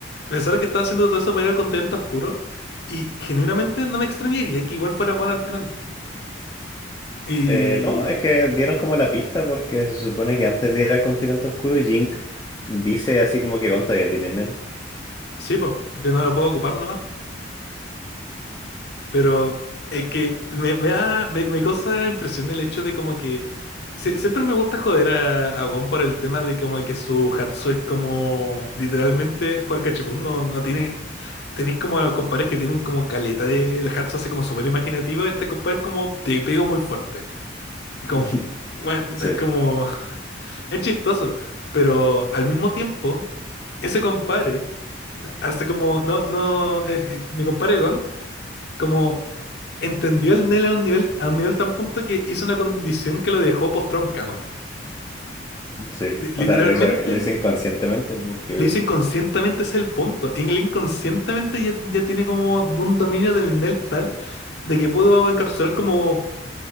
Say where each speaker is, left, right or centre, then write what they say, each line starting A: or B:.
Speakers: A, on the left; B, on the left.
A: pensar que estaba haciendo todo eso para ir al continente oscuro y genuinamente no me extrañaría que igual fuera Juan al final. Y
B: Eh, no, es que dieron como la pista porque se supone que antes de ir al continente oscuro, Jink dice así como que Gon todavía tiene Nen.
A: sí, pues, que no lo puedo ocupar nomás. Pero es que me, me da, me, me causa impresión el hecho de como que sie- siempre me gusta joder a, a Gon por el tema de como que su Hatsu es como literalmente jugar cachipún, no, no tiene, tenéis como a compadres que tienen como caleta de el Hatsu así como súper imaginativo, este compadre es como te pego muy fuerte. Es como,
B: <laughs>
A: bueno,
B: Sí,
A: es como, <laughs> es chistoso, pero al mismo tiempo, ese compadre hace como, no, no, eh, eh, mi compadre Gon, como entendió al Nel a un nivel, a un nivel tan punto que hizo una condición que lo dejó postrado en cama.
B: sí.
A: Li-
B: O
A: Literalmente,
B: sea, lo hizo, lo hizo inconscientemente porque
A: le hizo inconscientemente ese es el punto. En el inconscientemente ya, ya tiene como un dominio del Nel tal de que pudo encapsular como